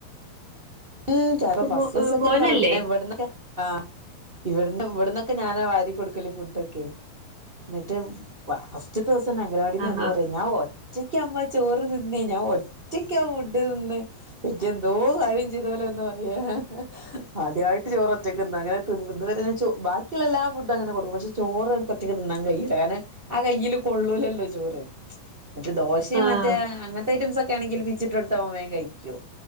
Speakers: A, on the right (about 55°); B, on the right (about 85°).
A: ഉം ചാറോ
B: കുമോ
A: ഫസ്റ്റീസൊക്കെങ്ങനെ
B: ഏഹ് മോനല്ലേ
A: പറയും. പിന്നെ ഇവട്ന്നൊക്കെ ആഹ്. ഇവട്ന്ന് ഇവട്ന്നൊക്കെ ഞാനാ വാരി കൊടുക്കല് ഫുഡൊക്കെ. ഇന്നട്ട് വ്വ. ഫസ്റ്റ്ത്തെ ദിവസന്നെ അംഗവാടിന്ന്
B: ആഹാ
A: വന്ന് പറയാ ഞാ ഒ റ്റക്ക്യാ മ്മാ ചോറ് തിന്നേ ഞാൻ ഒറ്റക്കാ ഫുഡ് തിന്ന് ഇക്ക്യ് എന്തോ കാര്യം ചെയ്ത പോലെ വന്ന് പറയാ. ആദ്യായിട്ട് ചോറ് ഒറ്റക്ക് ന്നാ. അങ്ങനെ തിന്ന് ഇത് വരെ ചോ ബാ ക്കിള്ളെല്ലാ ഫുഡും അങ്ങനെ കൊടുക്കും പക്ഷെ ചോറ് ഓൽക്കൊറ്റക്ക് തിന്നാൻ കയ്യില്ല. കാരണം ആ കയ്യില് കൊള്ളൂലല്ലോ ചോറ്. മറ്റെ ദോശിം
B: ആഹ്
A: മറ്റേ അങ്ങനത്തെ ഐറ്റംസ് ഒക്കെ ആണെങ്കിൽ പിച്ചിട്ടൊട് ത്താവുമ്പം വേം കഴിക്കും.